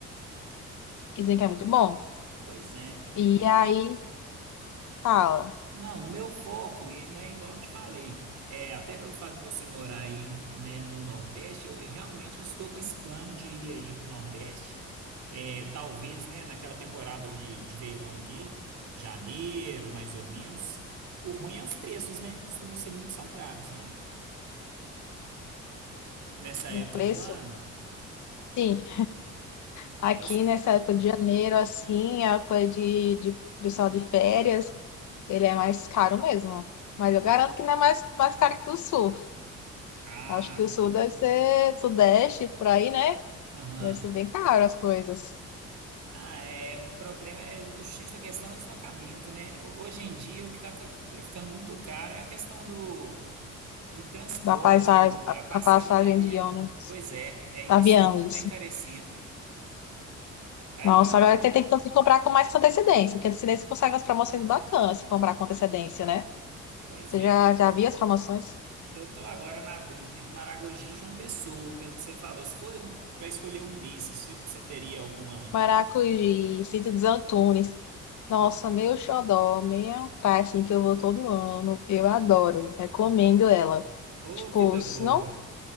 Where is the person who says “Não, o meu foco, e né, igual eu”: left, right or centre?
Right